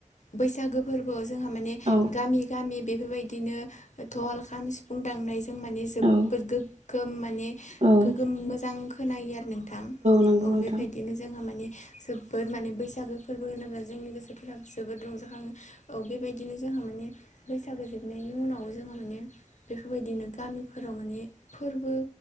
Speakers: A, on the left; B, on the right.
A: बसागो फोरबोआव जोंहा माने
B: औ
A: गामि गामि बेफोरबायदिनो थल खाम सिफुं दांनायजों माने जोबोद
B: औ
A: गो गोम माने
B: औ
A: गोग्गोम मोजां खोनायो आरो नोंथां
B: नंगौ
A: औ
B: नोंथां
A: बेबायदिनो जोंहा मानि जोबोद माने बैसागो फोरबो होनोब्ला जोंनि गोसोफोराबो जोबोद रंजाखाङो। औ बेबायदिनो जोंहा माने बैसागो जोबनायनि उनाव जोङो माने बेफोरबायदिनो गामिफोराव माने फोरबो।